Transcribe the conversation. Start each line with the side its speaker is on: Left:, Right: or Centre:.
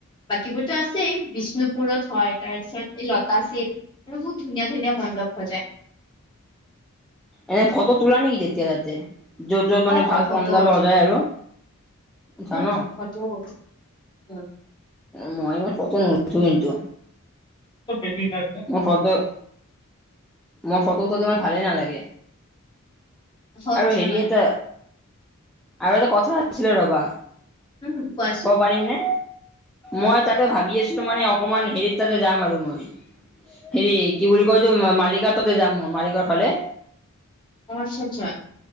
Left: বাকীবোৰটো আছে বিষ্ণুপুৰত হয় তাৰপিছত এই লতাশিল বহুত ধুনীয়া ধুনীয়া মণ্ডপ সজায়।
Centre: এনে ফটো তোলা নেকি যেতিয়া তাতে। য'ত য'ত মানে
Left: অ
Centre: ভাল
Left: অ ফটো
Centre: পনডল
Left: উঠো
Centre: সযায় আৰু যান
Left: উম <unintelligible>
Centre: মই ইমান ফটো নুঠো কিন্তু।
Left: বেবি <unintelligible>
Centre: সদায় মোৰ ফটোটো ইমান ভালেই নালাগে
Left: আচ্ছা
Centre: আৰু হেৰি
Left: হয়
Centre: এটা
Left: নেকি
Centre: আৰু এটা কথা আচ্ছিলে ৰবা।
Left: উম খোৱাইছ
Centre: ক'ব পাৰিম নে মই তাতে ভাবি আছিলোঁ মানে অকমান হেৰিত তাতে যাম আৰু মই। হেৰি কি বুলি কয় তো মালিগাঁৱ তাতে যাম মালিগাঁৱৰ ফালে।
Left: অ আচ্ছা আচ্ছা।